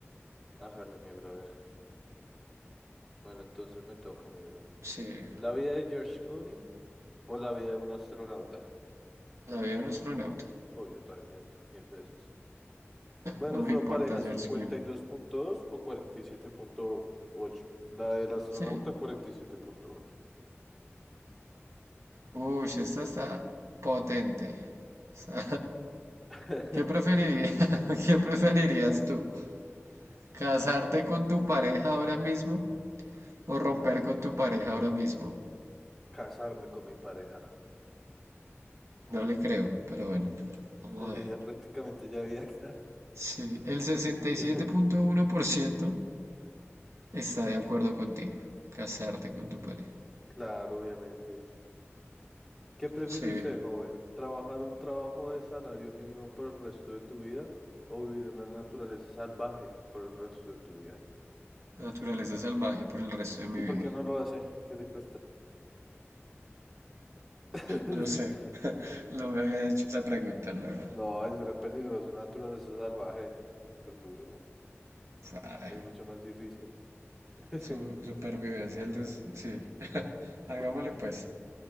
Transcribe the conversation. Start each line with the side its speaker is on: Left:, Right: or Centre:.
Centre: hágalo, mi brother. Bueno, entonces me toca, mi bro.
Right: Sí,
Centre: ¿La vida de George Clooney o la vida de un astronauta?
Right: la vida de un astronauta.
Centre: Obvio también, mil veces. Bueno,
Right: No
Centre: esto
Right: me importa
Centre: pareja
Right: George
Centre: cincuenta
Right: Clooney.
Centre: y dos punto dos o cuarenta y siete punto ocho. La del astronauta
Right: Sí.
Centre: cuarenta y siete punto ocho.
Right: Uy, esta está potente. <laughs>
Centre: <laughs>
Right: ¿Qué preferirías? <laughs> qué preferirías tú? ¿Casarte con tu pareja ahora mismo o romper con tu pareja ahora mismo?
Centre: Casarme con mi pareja.
Right: No le creo, pero bueno, vamos
Centre: Entonces
Right: a ver.
Centre: ya prácticamente ya había... acá.
Right: Sí, el sesenta y
Centre: <laughs>
Right: siete punto uno por ciento está de acuerdo contigo. Casarte con tu pareja.
Centre: Claro, obviamente. ¿Qué prefiere
Right: Sí,
Centre: usted, joven? ¿Trabajar un trabajo de salario mínimo por el resto de tu vida o vivir en la naturaleza salvaje por el resto de tu vida?
Right: naturaleza salvaje por el resto de mi
Centre: ¿Y
Right: vida.
Centre: por qué no lo hace? ¿Qué te cuesta? <laughs>
Right: Lo sé, <laughs> no me había hecho esa pregunta, la verdad.
Centre: No, es re peligroso, naturaleza salvaje. Súper duro, güey.
Right: Ay,
Centre: Es mucho más difícil. <laughs>
Right: su supervivencia, el des- sí. <laughs> Hagámosle
Centre: Sí.
Right: pues.